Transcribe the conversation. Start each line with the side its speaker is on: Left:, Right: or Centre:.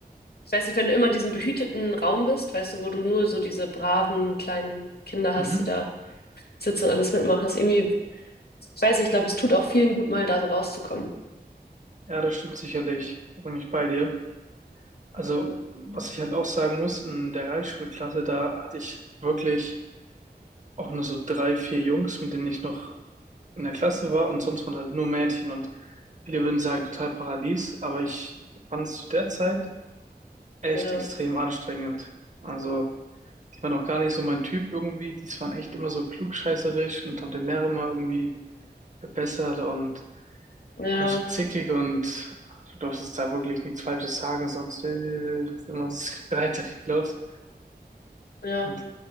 Left: ich weiß nicht, wenn du immer in diesem behüteten Raum bist, weißt du, wo du nur so diese braven kleinen Kinder hast,
Right: Mhm.
Left: die da sitzen und alles mitmachen, ist irgendwie, ich weiß nicht, ich glaube, es tut auch vielen gut, mal da so rauszukommen.
Right: Ja, das stimmt sicherlich. Da bin ich bei dir. Also,
Left: Ja,
Right: was ich halt auch sagen muss, in der Realschulklasse, da hatte ich wirklich auch nur so drei, vier Jungs, mit denen ich noch in der Klasse war und sonst waren halt nur Mädchen und viele würden sagen, total Paradies, aber ich fand es zu der Zeit echt
Left: ja,
Right: extrem anstrengend. Also, die waren auch gar nicht so mein Typ irgendwie, die waren echt immer so klugscheißerisch und haben den Lehrer immer irgendwie verbessert und
Left: ja.
Right: waren so zickig und du darfst jetzt da wirklich nichts Falsches sagen, sonst äh, ist immer das Streiterei los.
Left: Ja,
Right: Und